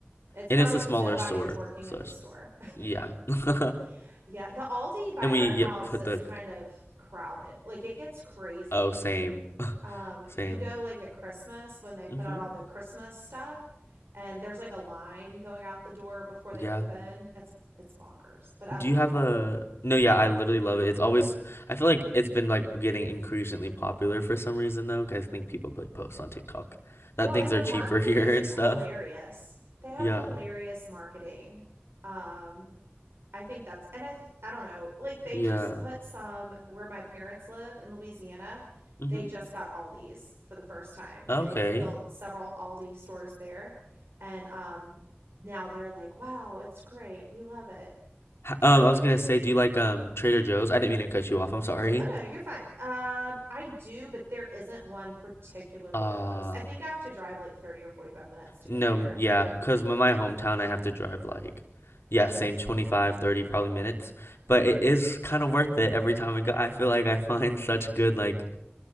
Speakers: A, on the right (about 70°); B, on the left (about 85°).
A: It's
B: and
A: probably
B: it's a
A: because
B: smaller
A: nobody
B: store,
A: is working
B: so
A: in
B: it's-
A: the store.
B: yeah. <laughs>
A: <laughs> yeah, the Aldi by
B: And we
A: our
B: yep
A: house
B: put
A: is
B: the
A: kind of crowded. Like it gets crazy.
B: oh same <laughs>
A: Um,
B: same.
A: you go like at Christmas when they put
B: Mm-hmm.
A: out all the Christmas stuff, and there's like a line going out the door before
B: Yeah.
A: they open. It's it's bonkers, but I
B: Do
A: love
B: you have
A: it.
B: a no? Yeah, I literally love it. It's always I feel like it's been like getting increasingly popular for some reason though. 'cause I think people put posts on TikTok that
A: Well,
B: things
A: and their
B: are cheaper
A: marketing
B: <laughs> here
A: is
B: and stuff.
A: hilarious. They have
B: Yeah.
A: hilarious marketing. Um, I think that's and I I don't know. Like they
B: Yeah.
A: just put some where my parents live in Louisiana,
B: Mm-hmm.
A: they just got Aldi's for the first time.
B: Okay.
A: They've built several Aldi stores there and um now they're like, "Wow, it's great. We love it."
B: H-
A: So,
B: Um, I was gonna say, do you like um Trader Joe's? I didn't mean to cut you off. I'm sorry.
A: oh no, you're fine. Um I do, but there isn't one particularly
B: Uh,
A: close. I think I have to drive like 30 or 45 minutes to
B: no,
A: get there.
B: m- yeah, because in my hometown, I have to drive like, yeah, same 25, 30 probably minutes,
A: Mhm.
B: but it is kind of worth it every time I go. I feel like I find such good like